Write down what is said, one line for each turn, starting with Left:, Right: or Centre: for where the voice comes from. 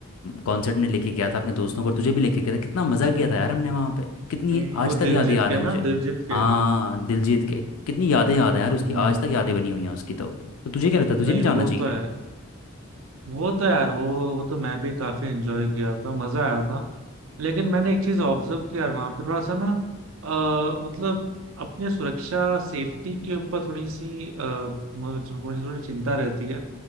Left: कॉन्सर्ट में लेके गया था अपने दोस्तों को और तुझे भी लेके गया था कितना मज़ा किया था यार हमने वहाँ पे कितनी
Right: हम्म, वो
Left: आज
Right: दिलजीत
Left: तक यादें याद
Right: के
Left: है मुझे
Right: ना दिलजीत के
Left: हाँ दिलजीत के कितनी यादें याद है यार उसकी
Right: हम्म,
Left: आज तक यादें बनी हुई हैं उसकी तो तो तुझे क्या लगता
Right: नहीं
Left: है तुझे नहीं जाना
Right: वो
Left: चाहिए
Right: तो है वो तो यार वो वो तो मैं भी काफी एंजॉय किया था मजा आया था लेकिन मैंने एक चीज ऑब्जर्व किया यार वहां पे थोड़ा सा ना आ, मतलब अपने सुरक्षा सेफ्टी के ऊपर थोड़ी सी आ, मुझे मुझे थोड़ी चिंता रहती है